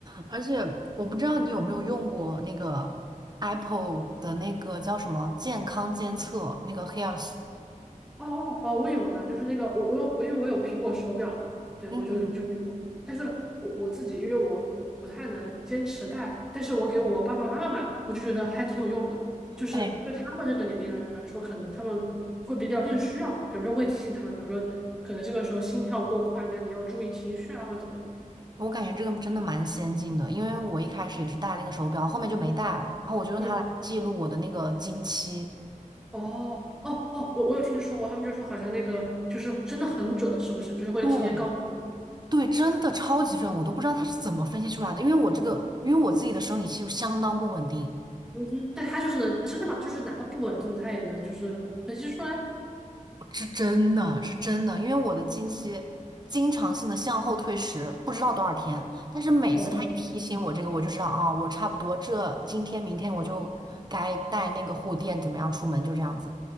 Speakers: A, on the right; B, in the centre.
A: 而且我不知道你有没有用过那个 Apple 的那个叫什么健康监测，那个 Health。
B: 哦哦哦，我有呢，就是那个我我有我因为我有苹果手表嘛，对，
A: 嗯。
B: 我就就是有，但是我我自己因为我不太能坚持戴，但是我给我爸爸妈妈买了，我就觉得还挺有用的，就是对他们这个年龄的人来说，
A: 哎。
B: 可能他们会比较更需要吧，比如说会提醒他们，比如说可能这个时候心跳过快，但你要注意情绪啊，或者怎么样。
A: 我感觉这个真的蛮先进的，因为我一开始也是戴那个手表，后面就没戴了，然后我就用它来记录我的那个经期。
B: 嗯，哦哦哦，我我有听说过，他们就说好像那个就是真的很准，是不是？就是会提前告诉你，
A: 对，对，真的超级准，我都不知道它是怎么分析出来的，因为我这个，因为我自己的生理期就相当不稳定，
B: 嗯哼，但他就是能真的吗？就是哪怕不稳定，他也能就是分析出来。
A: 是真的是真的，因为我的经期经常性的向后推迟，不知道多少天，但是每次它一提醒我这个，
B: 哦，
A: 我就知道啊，我差不多这今天明天我就该带那个护垫，怎么样出门，就这样子。